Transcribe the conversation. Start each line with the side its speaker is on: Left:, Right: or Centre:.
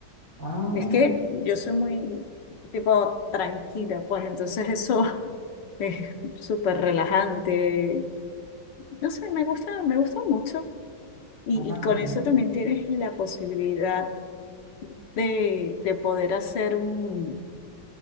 Right: Ah,
Left: Es que yo soy muy tipo tranquila, pues entonces eso <laughs> es súper relajante. No sé, me gusta, me gusta mucho. Y,
Right: ah,
Left: y con
Right: qué bien.
Left: eso también tienes la posibilidad de, de poder hacer un